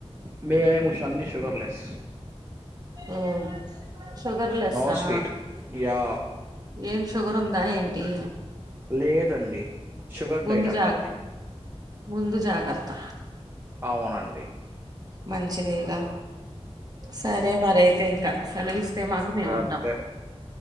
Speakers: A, on the right (about 20°); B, on the right (about 35°).
A: మే ము షన్ని షుగర్లేెస్
B: ఉ షుగర్లెస్సా
A: నో స్వీట్ యా
B: ఏం షుగర్ ఉందా ఏంటి
A: లేదండి షుగర్
B: ముందు
A: డైట్ అంటారు
B: జాగ్
A: దిన్ని
B: ముందు జాగ్రత్త
A: అవునండి
B: మంచిదేగా సరే మరి అయితే ఇంకా సెలవిస్తే మాకు
A: జాగ్రత్త
B: మేము ఉంటాం